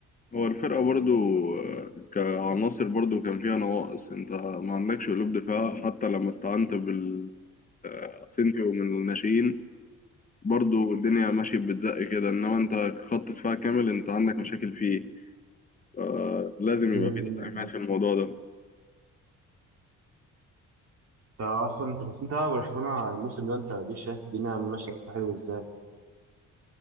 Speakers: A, on the left; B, on the right.
A: هو الفرقة برضو آه، كعناصر برضو كان فيها نواقص انت ما عندكش قلوب دفاع حتى لما استعنت بال آه، اسينسيو من الناشئين برضو الدنيا ماشية بتزق كده إنما أنت خط دفاع كامل أنت عندك مشاكل فيه آه لازم يبقى
B: الاخر
A: في تدعيمات في الموضوع ده
B: انت اصلا انت بس انت بقى برشلونه الموسم ده انت ليك شايف الدنيا ماشيه حلو ازاي